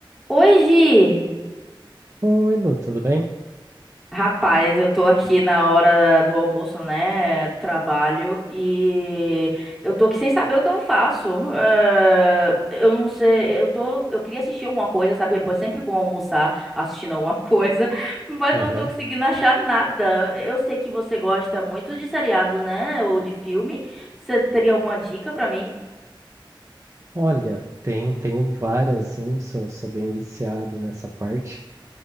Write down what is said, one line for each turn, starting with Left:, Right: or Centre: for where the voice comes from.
Centre: Hoje,
Right: Oi, Lu, tudo bem?
Centre: rapaz, eu tô aqui na hora do almoço, né? Trabalho e eu tô aqui sem saber o que eu faço. Eh, eu não sei, eu tô, eu queria assistir alguma coisa, sabe? É bo- sempre bom almoçar assistindo alguma <laughs> coisa, mas
Right: Aham.
Centre: eu não tô conseguindo achar nada. Eu sei que você gosta muito de seriado, né? Ou de filme. Você teria alguma dica pra mim?
Right: Olha, tem, tenho várias, assim, sou, sou bem viciado nessa parte.